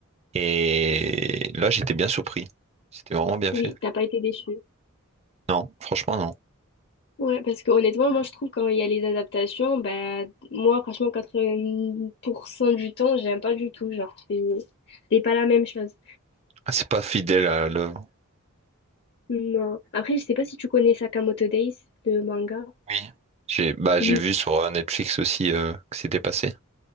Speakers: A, on the right (about 30°); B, on the left (about 50°).
A: Et là, j'étais bien surpris. C'était vraiment bien
B: Oui,
A: fait.
B: t'as pas été déçue.
A: Non, franchement, non.
B: Ouais, parce que honnêtement, moi je trouve quand il y a les adaptations, bah moi franchement 80% du temps, j'aime pas du tout, genre c'est c'est pas la même chose.
A: Ah, C'est pas fidèle à l'œuvre.
B: Non. Après, je sais pas si tu connais Sakamoto Days, le manga.
A: Oui. J'ai bah,
B: Oui.
A: j'ai vu sur euh, Netflix aussi euh, que c'était passé.